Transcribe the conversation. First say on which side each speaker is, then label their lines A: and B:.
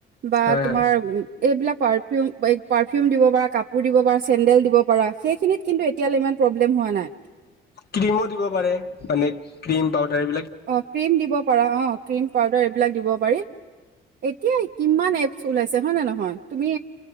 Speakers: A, on the right; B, on the left.
A: বা
B: হয়
A: তোমাৰ
B: হয়
A: উম- এইবিলাক পাৰফিউম এ- পাৰ ফিউম দিব পাৰা, কাপোৰ দিব পাৰা, চেন্ডেল দিব পাৰা। সেইখিনিত কিন্তু এতিয়ালৈ ইমান প্ৰব্লেম হোৱা নাই।
B: ক্ৰীমো দিব পাৰে, মানে ক্ৰীম পাউদাৰ এইবিলাক
A: অ' ক্ৰীম দিব পাৰা, অ' ক্ৰীম, পাউদাৰ এই বিলাক দিব পাৰি। এতিয়া কিমান এপছ ওলাইছে, হয় নে নহয়? তুমি